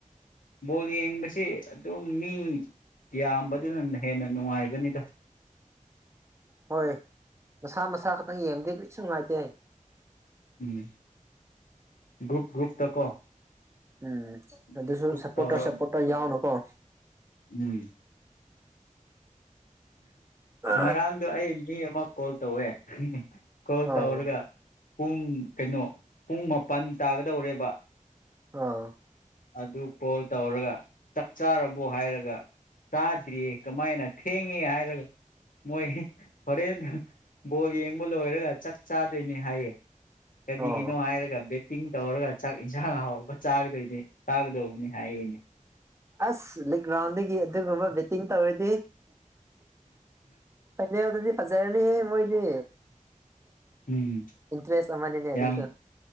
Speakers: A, on the left; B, on the right.
A: ꯕꯣꯜ ꯌꯦꯡꯕꯁꯤ ꯑꯗꯨꯝ ꯃꯤ ꯌꯥꯝꯕꯗꯨꯅ ꯍꯦꯟꯅ ꯅꯨꯡꯉꯥꯏꯕꯅꯤꯗ
B: ꯍꯣꯏ ꯃꯁꯥ ꯃꯁꯥ ꯈꯛꯇꯪ ꯌꯦꯡꯗꯦ ꯀꯔꯤꯁꯨ ꯅꯨꯡꯉꯥꯏꯇꯦ
A: ꯎꯝ ꯒ꯭ꯔꯨꯞ ꯒ꯭ꯔꯨꯞꯇꯀꯣ
B: ꯎꯝ ꯑꯗꯨꯁꯨ
A: ꯒ꯭ꯔꯨꯞ ꯒ꯭ꯔꯨꯞ
B: ꯁꯞꯄꯣꯔꯇꯔ
A: ꯇꯧꯔ
B: ꯁꯞꯄꯣꯔꯇꯔ ꯌꯥꯎꯅꯨꯀꯣ
A: ꯎꯝ
B: ꯑ
A: ꯉꯔꯥꯡꯗꯣ ꯑꯩ ꯃꯤ ꯑꯃ ꯀꯣꯜ ꯇꯧꯋꯦ ꯀꯣꯜ
B: ꯑꯥ
A: ꯇ ꯍꯔꯒ ꯄꯨꯡ ꯀꯩꯅꯣ ꯄꯨꯡ ꯃꯥꯄꯜ ꯇꯥꯒꯗꯧꯔꯦꯕ
B: ꯑꯥ
A: ꯑꯗꯨ ꯀꯣꯜ ꯇꯧꯔꯒ ꯆꯥꯛ ꯆꯥꯔꯕꯣ ꯍꯥꯏꯔꯒ ꯆꯥꯗ꯭ꯔꯤꯌꯦ ꯀꯃꯥꯏꯅ ꯊꯦꯡꯉꯦ ꯍꯥꯏꯔꯒ ꯃꯣꯏ ꯍꯣꯔꯦꯟ ꯕꯣꯜ ꯌꯦꯡꯕ ꯂꯣꯏꯔꯒ ꯆꯥꯛ ꯆꯥꯗꯣꯏꯅꯦ ꯍꯥꯏꯌꯦ ꯀꯔꯤꯒꯤꯅꯣ
B: ꯑꯣ
A: ꯍꯥꯏꯔꯒ ꯕꯦꯠ ꯇꯤꯡ ꯇꯧꯔꯒ ꯆꯥꯛ ꯏꯟꯁꯥꯡ ꯍꯥꯎꯕ ꯆꯥꯒꯗꯣꯏꯅꯤ ꯇꯒꯗꯧꯕꯅꯦ ꯍꯥꯏꯅꯦ
B: ꯑꯁ ꯂꯤꯛ ꯔꯥꯎꯟꯗꯒꯤ ꯑꯗꯨꯒꯨꯝꯕ ꯕꯦꯠꯇꯤꯡ ꯇꯧꯔꯗꯤ ꯐꯥꯏꯅꯦꯜꯗꯗꯤ ꯐꯖꯔꯅꯤꯍ ꯃꯣꯏꯗꯤ
A: ꯎꯝ
B: ꯏꯟꯇꯔꯦꯁ ꯑꯃꯅꯤꯅꯦ ꯑꯗꯨꯁꯨ
A: ꯌꯥꯝ